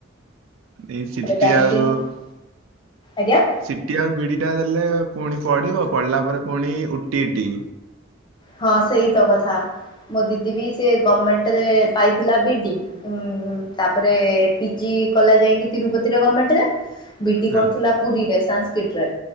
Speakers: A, on the right (about 70°); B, on the left (about 25°).
A: ଏଇ ସିଟି
B: ବ୍ୟାଙ୍କିଙ୍ଗ
A: ଆଉ
B: ଆଜ୍ଞା।
A: ସିଟି ଆଉ ବିଡ଼ିଟା ଦେଲେ ପୁଣି ପଢିବ ପଢିଲା ପରେ ପୁଣି ଉଟି ଟିି।
B: ହଁ ସେଇ ତ କଥା ମୋ ଦିଦି ବି ସେ ଗଭର୍ମେଣ୍ଟରେ ପାଇଥିଲା ବି ଡି ଉ ତାପରେ ପିଜି କଲା ଯାଇକି ତିରୁପତିରେ ଗଭର୍ଣମେଣ୍ଟରେ ବିଡି
A: ହଁ
B: କରୁଥିଲା ପୁରୀରେ ସାସ୍କ୍ରିଟରେ।